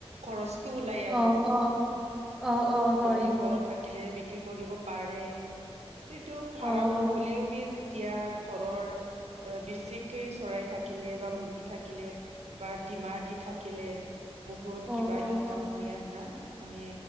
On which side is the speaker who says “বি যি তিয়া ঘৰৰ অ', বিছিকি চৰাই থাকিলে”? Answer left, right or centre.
Right